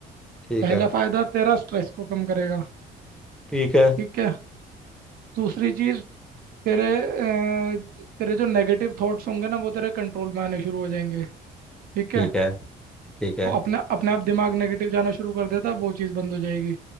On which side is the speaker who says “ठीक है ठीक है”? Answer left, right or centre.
Centre